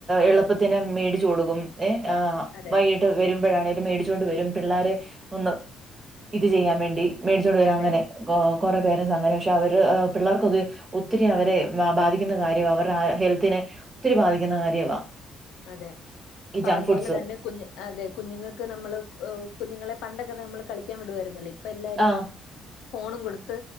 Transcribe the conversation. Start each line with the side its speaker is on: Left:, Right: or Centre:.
Right: എളുപ്പത്തിന് മേടിച്ചു കൊടുക്കും ഏഹ്
Left: അതെ
Right: വൈകിട്ട് വരുമ്പോഴാണേങ്കലും മേടിച്ചൊണ്ട് വരും പിള്ളേരെ- ഒന്ന് ഇത് ചെയ്യാൻ വേണ്ടി മേടിച്ചൊണ്ട് വരാൻ
Left: അതെ
Right: അങ്ങനെ- കൊറെ പേരൻസ് അങ്ങനെ പക്ഷെ അവര് പിള്ളേർക്കൊക്കെ- ഒത്തിരി അവരെ ബാധിക്കുന്ന കാര്യവാ അവരുടെ ഹെൽത്തിനെ ഒത്തിരി ബാധിക്കുന്ന കാര്യവാ
Left: അതെ അപ്പൊ
Right: ഈ ജങ്ക്
Left: അതുപോലെ
Right: ഫുഡ്സ്
Left: തന്നെ കുഞ് - അതെ കുഞ്ഞുങ്ങൾക്ക് നമ്മള് കുഞ്ഞുങ്ങളെ പണ്ടൊക്കെ നമ്മള് കളിക്കാൻ വിടുമായിരുന്നല്ലേ ഇപ്പോ എല്ലാരും-
Right: ആ
Left: ഫോണും കൊടുത്ത്,